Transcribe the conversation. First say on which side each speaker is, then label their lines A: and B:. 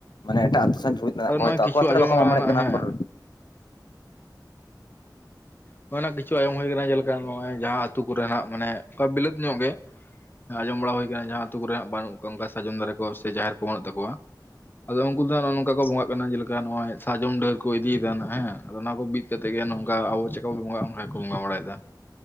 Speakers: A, on the left (about 70°); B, on the left (about 25°).
A: ᱢᱟᱱᱮ ᱮᱴᱟᱜ ᱟᱹᱛᱩ ᱥᱟᱣ ᱡᱩᱢᱤᱛ ᱢᱮᱱᱟᱜ
B: ᱟᱫᱚ
A: ᱠᱚ
B: ᱱᱚᱜᱼᱚᱭ
A: ᱦᱚᱭᱛᱚ
B: ᱠᱤᱪᱷᱩ
A: ᱟᱠᱚ ᱟᱹᱛᱩ
B: ᱟᱸᱡᱚᱢ
A: ᱨᱮ ᱵᱟᱠᱚ
B: ᱟᱠᱟᱱᱟ
A: ᱢᱟᱢᱲᱮᱜ
B: ᱱᱟᱜ
A: ᱠᱟᱱᱟ
B: ᱦᱮᱸ
A: ᱯᱚᱨ
B: ᱦᱚ ᱚᱱᱟ ᱠᱤᱪᱷᱩ ᱟᱡᱚᱢ ᱦᱩᱭ ᱟᱠᱟᱱᱟ, ᱡᱮᱞᱮᱠᱟ ᱱᱚᱜᱼᱚᱭ ᱡᱟᱦᱟᱸ ᱟᱹᱛᱩ ᱠᱚᱨᱮᱱᱟᱜ ᱢᱟᱱᱮ ᱚᱱᱠᱟ ᱵᱤᱞᱟᱹᱛ ᱧᱚᱜ ᱜᱮ ᱸᱟᱡᱚᱢ ᱵᱟᱲᱟ ᱦᱩᱭᱠᱟᱱᱟ, ᱡᱟᱦᱟᱸ ᱟᱛᱳ ᱠᱚᱨᱮ ᱦᱟᱸᱜ ᱵᱟᱹᱱᱩᱜ ᱠᱚᱣᱟ, ᱚᱱᱠᱟ ᱥᱟᱨᱡᱚᱢ ᱫᱟᱨᱮ ᱠᱚ ᱥᱮ ᱡᱟᱦᱮᱨ ᱠᱚ ᱵᱟᱹᱱᱩᱜ ᱛᱟᱠᱚᱣᱟ᱾ ᱟᱫᱚ ᱩᱱᱠᱩ ᱫᱚ ᱱᱚᱜ ᱱᱚᱝᱠᱟ ᱠᱚ ᱵᱚᱸᱜᱟᱜ ᱠᱟᱱᱟ, ᱡᱮᱞᱮᱠᱟ ᱱᱚᱜᱼᱚᱭ ᱥᱟᱡᱚᱢ ᱰᱷᱟᱹᱨ ᱠᱚ ᱤᱫᱤᱭᱮᱫᱟ ᱦᱮᱸ ᱟᱫᱚ ᱚᱱᱟ ᱠᱚ ᱵᱤᱫ ᱠᱟᱛᱮᱜ ᱱᱚᱝᱠᱟ ᱚᱱᱠᱟ ᱟᱵᱚ ᱪᱮᱫ ᱠᱟ ᱵᱚᱸᱜᱟᱜᱼᱟ? ᱚᱱᱠᱟ ᱠᱚ ᱵᱚᱸᱜᱟ ᱵᱟᱲᱟᱭ ᱮᱫᱟ᱾